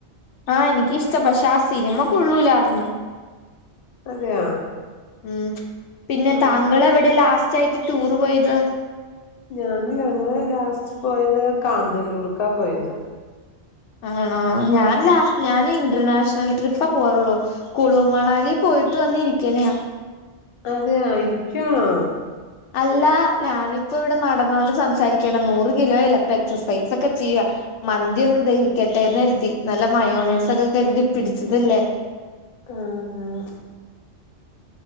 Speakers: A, on the left; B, on the left.
A: ആ എനിക്കിഷ്ട്ടപക്ഷെ ആ സിനിമ കൊള്ളൂലാർന്ന്
B: അതെയോ
A: ഉ പിന്നെ
B: ആഹ്
A: താങ്കളെവിടെ ലാസ്റ്റായിട്ട് ടൂറ് പോയത്
B: ഞാനി ഞങ്ങള് ലാസ്റ്റ് പോയത് കാന്തല്ലൂർക്കാ പോയത്
A: ആണാ ഞാൻ ലാസ്റ്റ് ഞാന് ഇന്റർനാഷണൽ ട്രിപ്പ പോറുള്ളൂ കുളു മണാലിപോയിട്ട് വന്നിരിക്കണെയാ
B: അതെയ ഇരിക്കുവാണോ
A: അല്ലാ ഞാനിപ്പൊവിടെ നടന്നോണ്ട് സംസാരിക്കാണ്‌ നൂറ് കിലോ ഇല്ലെ പ്പൊ എക്സസൈസൊക്കെ ചെയ്യാ മന്തിയൊന്ന്‌ ദഹിക്കട്ടേന്നരുതി നല്ല മയോണൈസൊക്കെ കരുതി പിടിച്ചതല്ലേ
B: ആഹ്